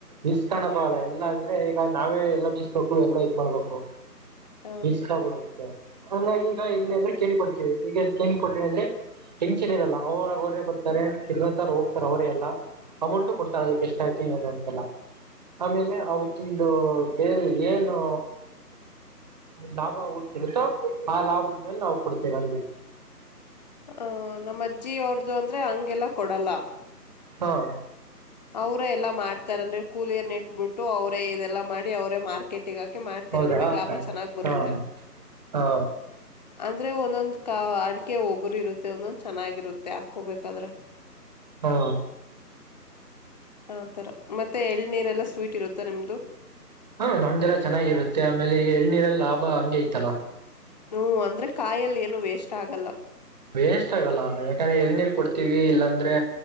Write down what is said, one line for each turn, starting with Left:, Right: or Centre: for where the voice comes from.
Right: ಈಸ್ಕೊಣಕ್ ಹೋಗಲ್ಲ ಇಲ್ಲಾಂದ್ರೆ ಈಗ ನಾವೇ ಎಲ್ಲ ಬೀಸ್ಬೇಕು ಎಲ್ಲಾ ಇದ್ ಮಾಡ್ಬೇಕು.
Left: ಹೌದು
Right: ಈಸ್ಕಬಿಡದ್ ದು ಹಂಗಾಗಿ ಈಗ ಹೆಂಗಂದ್ರೆ ಕೇಣಿ ಕೊಡ್ತೀವಿ ಈಗ ಎಷ್ಟ್ ಕೇಣಿ ಕೊಡ್ರಿ ಅಂದ್ರೆ ಟೆನ್ಷನ್ ಇರಲ್ಲ ಅವ್ರಾಗ್ ಅವರೇ ಬರ್ತಾರೆ ಕಿತ್ಕಂತಾರ್ ಹೋಗ್ತಾರವರೇ ಎಲ್ಲ. ಅಮೌಂಟು ಕೊಡ್ತಾರೆ ಅದುಕ್ ಎಷ್ಟಾಯ್ತು ಏನು ಅಂತೆಲ್ಲ. ಆಮೇಲೆ ಅವತ್ತಿಂದು <unintelligible> ಏನು ಲಾಭ ಉಳ್ಸಿರುತ್ತೋ ಆ ಲಾಭದ್ ಮೇಲೆ ನಾವು ಕೊಡ್ತೀವ್ ಅಲ್ಲಿಗೆ.
Left: ಹ. ನಮ್ಮ ಅಜ್ಜಿ ಅವರ್ದು ಅಂದ್ರೆ ಹಂಗೆಲ್ಲಾ ಕೊಡಲ್ಲ.
Right: ಹಾ
Left: ಅವ್ರೆ ಎಲ್ಲಾ ಮಾಡ್ತಾರಂದ್ರೆ ಕೂಲಿಯರ್ನ ಇಟ್ಬುಟ್ ಟು ಅವ್ರೇ ಇದೆಲ್ಲಾ ಮಾಡಿ ಅವ್ರೇ ಮಾರ್ಕೆಟಿಗ್ ಹಾಕಿ ಮಾಡ್ತಾರೆ
Right: ಹೌದಾ
Left: ನಮಿಗ್ ಲಾಭ ಚೆನ್ನಾಗ್ ಬರುತ್ತೆ.
Right: ಹಾ ಹಾ
Left: ಅಂದ್ರೆ ಒಂದೊಂದ್ ಕ ಅಡಿಕೆ ಒಗ್ರು ಇರುತ್ತೆ ಒಂದೊಂದ್ ಚೆನ್ನಾಗಿರುತ್ತೆ ಹಾಕೊಬೇಕಾದ್ರ.
Right: ಹಾ
Left: ಆತರ ಮತ್ತೆ ಎಳ್ನೀರೆಲ್ಲ ಸ್ವೀಟ್ ಇರುತ್ತ ನಿಮ್ದು.
Right: ಹಾ ನಮ್ದೆಲ್ಲಾ ಚೆನ್ನಾಗಿರುತ್ತೆ ಆಮೇಲೆ ಈಗ ಎಳ್ಳನೀರ್ಲ್ಲ ಲಾಭ ಹಂಗೆ ಐತಲ್ಲಾ.
Left: ಹ್ಮ ಅಂ ದ್ರೆ ಕಾಯಲ್ ಏನು ವೇಸ್ಟ್ ಆಗಲ್ಲ.
Right: ವೇಸ್ಟ್ ಆಗಲ್ಲ ಯಾಕಂದ್ರೆ ಎಳನೀರ್ ಕೊಡ್ತೀವಿ ಇಲ್ಲಾಂದ್ರೆ